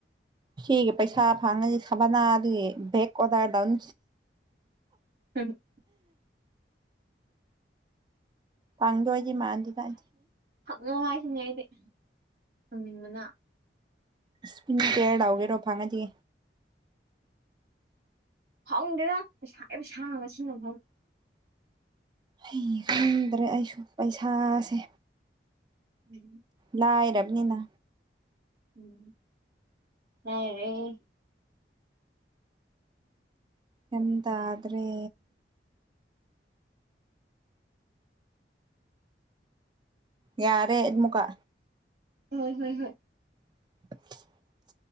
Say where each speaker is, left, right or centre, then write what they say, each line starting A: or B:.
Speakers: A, on the right; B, on the right.
A: ꯁꯤꯒꯤ ꯄꯩꯁꯥ ꯐꯥꯉꯅꯤ ꯁꯥꯕꯅꯥ ꯑꯗꯨꯒꯤ ꯕꯦꯛ ꯑꯣꯗꯔꯗꯎꯟ
B: ꯎꯝ
A: ꯄꯥꯡꯗꯣꯛꯑꯗꯤ ꯃꯥꯥꯟꯗꯤ ꯃꯥꯥꯟꯗꯦ
B: ꯍꯛꯉꯣ ꯍꯥꯏꯁꯤꯅꯦ ꯑꯩꯗꯤ ꯊꯝꯅꯤꯡꯕꯅ
A: ꯄꯤ ꯀꯦꯔꯔꯎꯒꯦꯔꯣ ꯐꯥꯡꯉ ꯆꯦ
B: ꯐꯪꯗꯦꯅ ꯄꯩꯁꯥ ꯁꯥꯡꯉꯁꯨ ꯅꯐꯝꯪ
A: ꯍꯩ ꯈꯪꯗ꯭ꯔꯦ ꯑꯩꯁꯨ ꯄꯩꯁꯥꯁꯦ
B: ꯎꯝ
A: ꯂꯥꯏꯔꯕꯅꯤꯅ
B: ꯎꯝ ꯔꯦ
A: ꯍꯟꯗꯗ꯭ꯔꯦ ꯌꯥꯔꯦꯃꯀꯥ
B: ꯍꯣꯏ ꯍꯣꯏ ꯍꯣꯏ
A: <unintelligible>